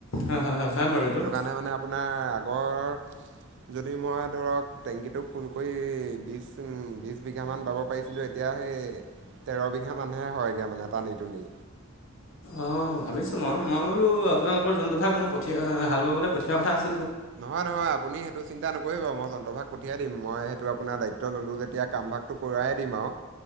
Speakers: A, on the left; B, on the right.
A: হ হ হা বাৰু এইটো।
B: সেইটো কাৰণে মানে আপোনাৰ আগৰ যদি মই ধৰক টেংকীটো ফুল কৰি বি বিছ বিঘামান বাব পাৰিছিলোঁ এতিয়া সেই তেৰ বিঘা মান হে হয়গে মানে টানি টুনি।
A: অঁ ভাবিছোঁ মই মই বোলো আপোনোকৰ জন্তদাক মই পঠিয়াই হাল বাবলৈ পঠোৱাৰ কথা আছ-
B: নহয় নহয় আপুনি সেইটো চিন্তা নকৰিব মই যন্ত্ৰভাগ। পঠিয়াই দিম মই সেইটো আপোনাৰ দায়িত্ব ল'লোঁ যেতিয়া কামভাগটো কৰাহে দিম আও।